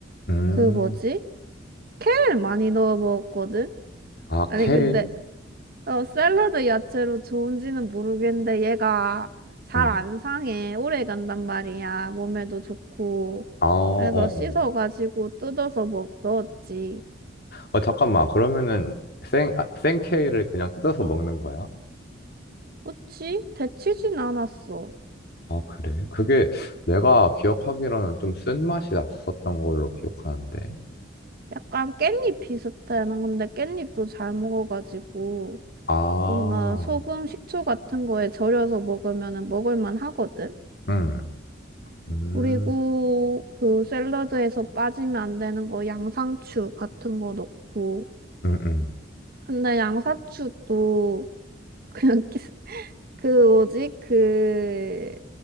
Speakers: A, on the left; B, on the right.
A: 응.
B: 그 뭐지? 케일 많이 넣어 먹었거든?
A: 아,
B: 아니,
A: 케일?
B: 근데, 어, 샐러드 야채로 좋은지는 모르겠는데, 얘가 잘
A: 응.
B: 안 상해. 오래 간단 말이야. 몸에도 좋고.
A: 아, 어, 어,
B: 그래서 씻어가지고
A: 어.
B: 뜯어서 먹, 넣었지.
A: 어, 잠깐만. 그러면은 생, 아, 생 케일을 그냥 뜯어서 먹는 거야?
B: 그치? 데치진 않았어.
A: 아, 그래? 그게 내가 기억하기로는 좀 쓴맛이 났었던 걸로 기억하는데.
B: 약간 깻잎 비슷해. 난 근데 깻잎도 잘 먹어가지고,
A: 아,
B: 뭔가 소금, 식초 같은 거에 절여서 먹으면 먹을만 하거든?
A: 응, 음,
B: 그리고 그 샐러드에서 빠지면 안 되는 거 양상추 같은 거 넣고.
A: 응, 응.
B: 근데 양상추도 <laughs> 그냥 끼- 그 뭐지? 그